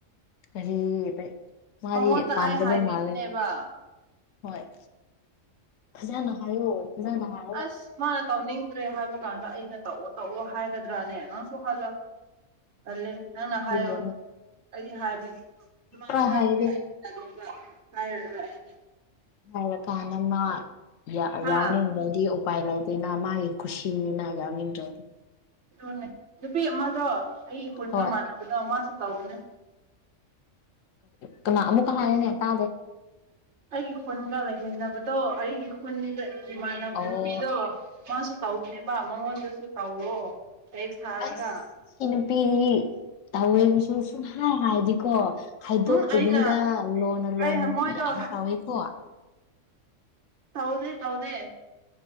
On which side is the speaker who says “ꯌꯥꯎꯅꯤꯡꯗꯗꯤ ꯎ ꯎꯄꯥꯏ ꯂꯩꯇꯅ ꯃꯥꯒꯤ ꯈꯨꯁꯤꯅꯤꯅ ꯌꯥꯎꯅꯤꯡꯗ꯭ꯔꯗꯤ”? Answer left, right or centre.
Left